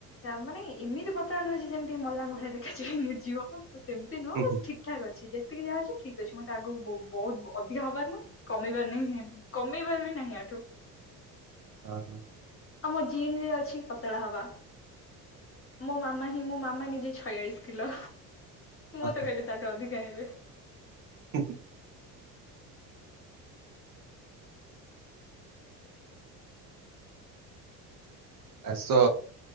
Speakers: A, on the left; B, on the right.
A: ମାନେ ଏମିତି ପତଳା ନୁହେଁ ଯେ ଯେମିତି ମଲାଙ୍କ ଭଳିଆ ଦେଖାଯିବି ନିର୍ଜୀବ। ତ ସେମିତି ନୁହଁ
B: ହୁଁ
A: ବାସ୍
B: ହୁଁ
A: ଠିକ୍ ଠାକ ଅଛି ଯେତିକି ଯାହା ଅଛି ଠିକ୍ ଅଛି ମତେ ଆଗକୁ ବହୁତ ଅଧିକା ହବାର ନାହିଁ। କମିବାର ନାହିଁ କମିବାର ବି ନାହିଁ ଇଆଠୁ।
B: ହଁ।
A: ଆଉମୋ ଜିିନ ରେ ଅଛି ପତଳା ହବା। ମୋ ମାମା ହିଁ ମୋ ମାମା ନିଜେ ଛୟାଳିଶି କିଲୋ ମୁଁ
B: ହଁ
A: ତ
B: ହଁ।
A: କହିଲି ତାଠୁ ଅଧିକା ହେବି।
B: ହୁଁ। ଆସ